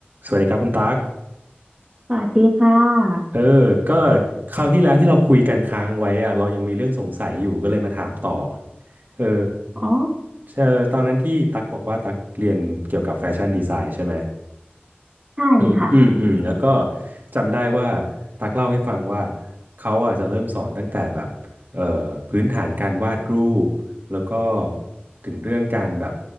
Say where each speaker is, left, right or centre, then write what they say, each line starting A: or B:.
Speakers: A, on the right; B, on the right.
A: สวัสดีครับคุณตั๊ก
B: สวัสดีค่ะ
A: เออ ก็คราวที่แล้วที่เราคุยกันค้างไว้อะเรายังมีเรื่องสงสัยอยู่ก็เลยมาถามต่อ เออ
B: อ๋อ
A: เออตอนนั้นที่ตั๊กบอกว่าตั๊กเรียนเกี่ยวกับแฟชั่นดีไซน์ใช่ไหม
B: ใช่
A: อืม อืม อืม แล้วก็จำได้ว่าตักเล่าให้ฟังว่าเขาอ่ะจะเริ่มสอนตั้งแต่แบบเอ่อพื้นฐานการวาดรูป แล้วก็ถึงเรื่องการแบบ